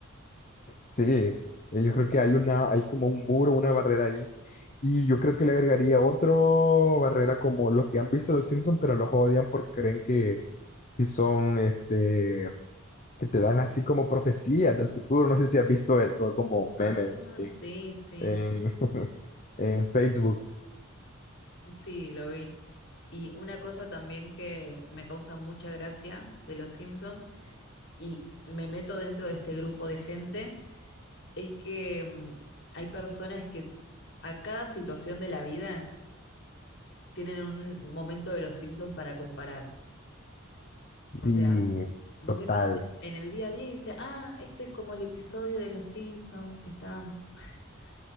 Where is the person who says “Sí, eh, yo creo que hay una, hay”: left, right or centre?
Left